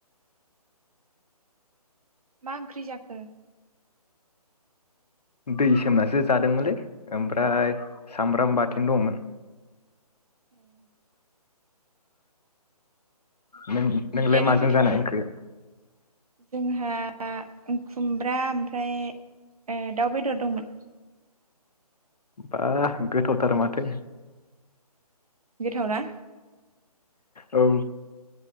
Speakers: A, on the right; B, on the left.
A: मा ओंख्रि जाखो
B: दै सोमनासो जादोंमोनलै ओमफ्राय सामब्राम बाथोन दङमोन
A: <inaudible>
B: नों नोंलाय
A: बिदियानो
B: माजों
A: गोथावना
B: जानाय ओंख्रि
A: जोंहा खुमब्रा ओम फ्राय ओ दाउ बेदर दंमोन
B: बा गोथावथार माथो
A: गोथाव ना
B: औ